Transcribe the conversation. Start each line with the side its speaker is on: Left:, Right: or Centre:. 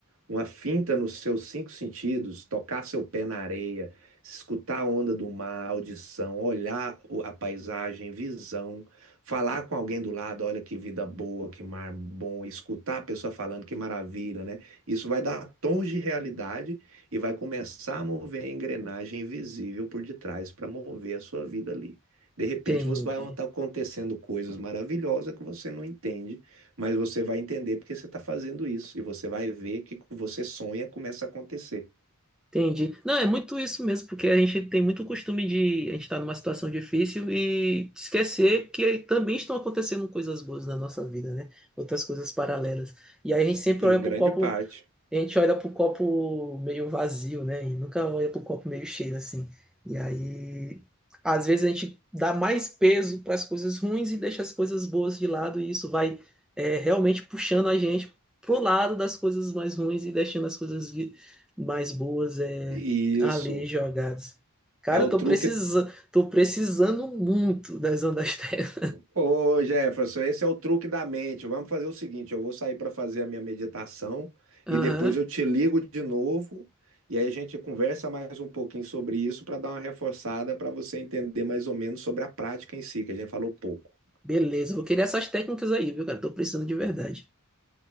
Right: uma finta nos seus cinco sentidos, tocar seu pé na areia, escutar a onda do mar, audição, olhar o- a paisagem, visão, falar com alguém do lado, olha que vida boa, que mar bom, escutar a pessoa falando, que maravilha, né? Isso vai dar tons de realidade e vai começar a mover a engrenagem invisível por detrás para mover a sua vida ali. De repente,
Centre: entendi.
Right: você vai estar acontecendo coisas maravilhosas que você não entende mas você vai entender porque você está fazendo isso. E você vai ver que o que você sonha começa a acontecer.
Centre: Entendi. Não, é muito isso mesmo, porque a gente tem muito costume de a gente estar numa situação difícil e esquecer que também estão acontecendo coisas boas na nossa vida, né? Outras coisas paralelas. E aí a gente sempre
Right: Em
Centre: olha
Right: grande
Centre: pro copo
Right: parte.
Centre: a gente olha pro copo meio vazio, né? E nunca olha pro copo meio cheio, assim. E aí, às vezes a gente dá mais peso para as coisas ruins e deixa as coisas boas de lado, e isso vai é, realmente puxando a gente pro lado das coisas mais ruins e deixando as coisas vi- mais boas é,
Right: E
Centre: ali
Right: isso
Centre: jogadas. Cara,
Right: é o
Centre: eu tô
Right: truque.
Centre: precisando, tô precisando muito das ondas <laughs> terra.
Right: Pô, Jefferson, esse é o truque da mente. Vamos fazer o seguinte: eu vou sair para fazer a minha meditação
Centre: Aham.
Right: e depois eu te ligo de novo. E aí a gente conversa mais um pouquinho sobre isso para dar uma reforçada para você entender mais ou menos sobre a prática em si, que a gente falou pouco.
Centre: Beleza, vou querer essas técnicas aí, viu, cara? Tô precisando de verdade.